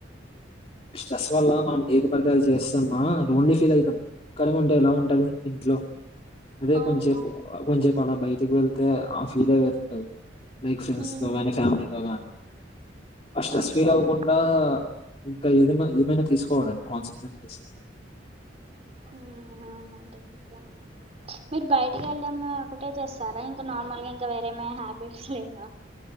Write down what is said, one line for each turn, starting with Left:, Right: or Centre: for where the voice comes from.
Left: స్ట్రెస్ వల్ల. ఆ మనం ఏది పడితే అది చేస్తామా లోన్లీ ఫీల్ అయితం. ఒక్కలమే ఉంటే ఎలా ఉంటది ఇంట్లో అదే
Right: అవునవును
Left: కొంచేపు కొంచేపు. పాలా బయటకి వెళ్తే ఆ ఫీల్ ఏ వేరు ఉంటది లైక్ ఫ్రెండ్స్
Right: ఉమ్
Left: తో గాని ఫ్యామిలీ తో గాని. ఆ స్ట్రెస్
Right: అవునవును
Left: ఫీల్ అవ్వకుండా ఇంకా ఏదన్నా ఏమైనా తీసుకోవాలండి కౌన్సి క్వెన్సెస్.
Right: ఆ అవునా అంటే ఎట్లా. మీరు బయటకి వెళ్లడం ఒకటే చేస్తారా ఇంకా నార్మల్ గా ఇంకా వేరేమి హ్యాబిట్స్ లేవా.